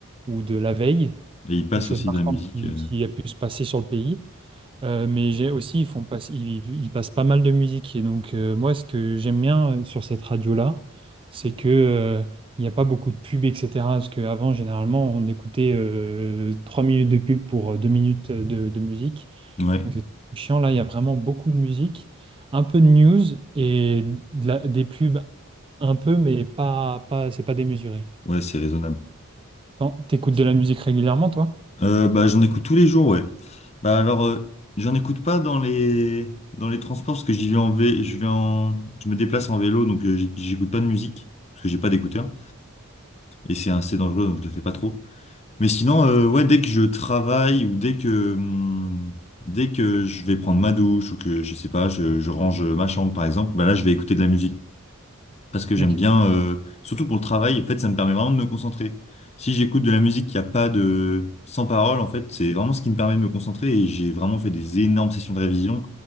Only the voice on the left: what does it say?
Et il passe
aussi
de la musique.
euh,
Ouais,
ouais, c'est raisonnable.
Euh, bah, j'en écoute tous les jours, ouais. Bah, alors, euh, j'en écoute pas dans les, dans les transports parce que j'y vais en vé... je vais en, je me déplace en vélo, donc euh, j'- j'écoute pas de musique parce que j'ai pas d'écouteur et c'est assez dangereux, donc je le fais pas trop. Mais sinon, euh, ouais, dès que je travaille ou dès que, hum, dès que je vais prendre ma douche ou que, je sais pas, je, je range ma chambre par exemple, bah là, je vais écouter de la musique. Parce que j'aime
bien, euh, surtout pour le travail, en fait, ça me permet vraiment de me concentrer. Si j'écoute de la musique qui a pas de, sans parole, en fait, c'est vraiment ce qui me permet de me concentrer et j'ai vraiment fait des énormes sessions de révision